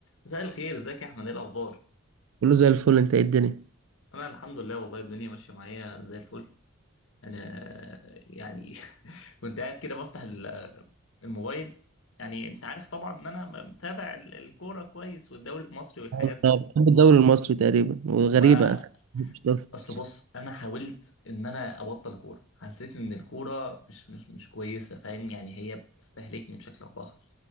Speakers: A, on the left (about 60°); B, on the right (about 75°).
A: مساء الخير ازيك يا احمد ايه الاخبار
B: كله زي الفل انت ايه الدنيا
A: انا الحمد لله والله الدنيا ماشيه معايا زي الفل انا يعني <laughs> كنت قاعد كده بفتح ال- الموبايل يعني انت عارف طبعا ان انا متابع ال- الكوره كويس والدوري المصري والحاجات
B: انا
A: دي
B: بحب الدوري المصري تقريبا وغريبة
A: ما
B: انا مش الدوري المصري
A: اصل بص انا حاولت ان انا ابطل كوره حسيت ان الكوره مش مش مش كويسه فاهم يعني هي بتستهلكني بشكل او باخر